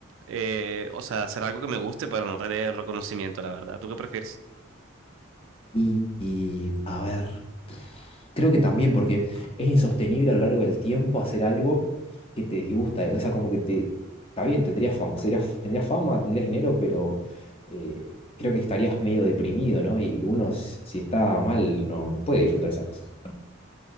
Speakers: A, on the right; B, on the left.
A: eh, o sea, hacer algo que me guste para no tener reconocimiento, la verdad. ¿Tú qué prefieres?
B: Y, y, a ver, creo que también, porque es insostenible a lo largo del tiempo hacer algo que te disgusta. O sea, como que te. Está bien, tendrías fama, serías- tendrías fama, tendrías dinero, pero eh, creo que estarías medio deprimido, ¿no? Y uno, s- si está mal, no, no puede disfrutar esas cosas.